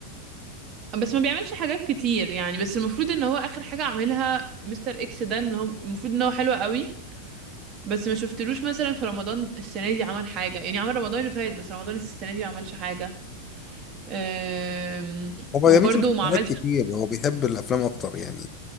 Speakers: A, on the right; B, on the left.
A: بس ما بيعملش حاجات كتير يعني بس المفروض ان هو اخر حاجه عملها مستر اكس ده اللي هو المفروض ان هو حلو قوي بس ما شفتلوش مثلا في رمضان السنة دي عمل حاجة يعني عمل رمضان اللي فات بس رمضان السنة دي ما عملش حاجة أم...
B: هو ما
A: وبرضه
B: بيعملش مسلسلات
A: ما عملش
B: كتير هو بيحب الافلام اكتر يعني